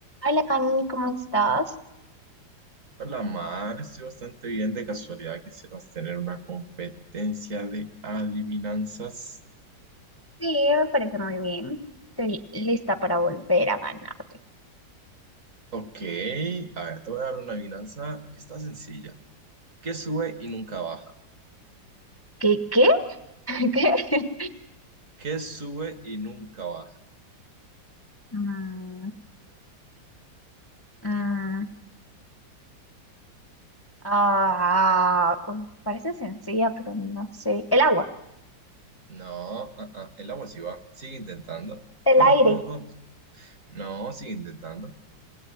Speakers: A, on the left; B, on the right.
A: Hola, Dani, ¿cómo estás?
B: Hola Mar, estoy bastante bien. De casualidad quisieras tener una competencia de adivinanzas.
A: Sí, me parece muy bien. Estoy lista para volver a ganarte.
B: Ok, a ver, te voy a dar una adivinanza que está sencilla. ¿Qué sube y nunca baja?
A: ¿Qué? ¿Qué? <laughs> ¿Qué?
B: ¿Qué sube y nunca baja?
A: Mm, mm, ah, uf, parece sencilla, pero no sé. El agua,
B: No, ah, ah, el agua sí baja. Sigue intentando.
A: el
B: Vamos,
A: aire.
B: vamos, vamos. No, sigue intentando.